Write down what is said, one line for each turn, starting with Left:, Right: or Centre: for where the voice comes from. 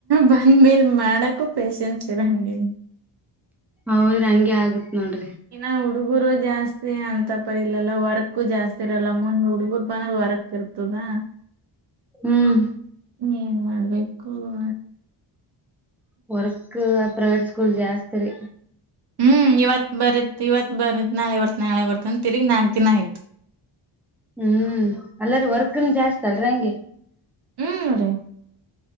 Right: ಬಂದ ಮೇಲ್ ಮಾಡಕು ಪೇಶನ್ಸ್ ಇರಂಗಗೆ
Centre: ಹೌದ್ರಿ ಹಂಗೆ ಆಗತ್ ನೋಡ್ರಿ
Right: ಇನ್ನ ಹುಡುಗರು ಜಾಸ್ತಿ ಅಂತಪರಿಲ್ಲಲ್ಲ ವರ್ಕ್ ಜಾಸ್ತಿ ಇರಲ್ಲ ಮುಂದ್ ಹುಡುಗರು ಅಂದ್ರೆ ವರಕ್ ಇರ್ತದಾ
Centre: ಹ್ಮ್
Right: ಇ ಏನ್ ಮಾಡ್ಬೇಕುದು
Centre: ವರ್ಕ್ ಪ್ರೈವೇಟ್ ಸ್ಕೂಲ್ ಜಾಸ್ತಿ ರೀ
Right: ಹ್ಮ್ ಇವತ್ ಬರತ್ ಇವತ್ ಬರತ್ ನಾಳೆ ಬರ್ತ್ ನಾಳೆ ಬರ್ತ ಅಂತ ತಿಗಗ್ ನಾಕಕ್ ದಿನ ಆಯ್ತು
Centre: ಹ್ಮ್ ಅಲ್ಲರಿ ವರ್ಕ್ನ್ ಜಾಸ್ತಿ ಅಲ್ರಿ ಹಂಗೆ
Right: ಹ್ಮ್ ರೀ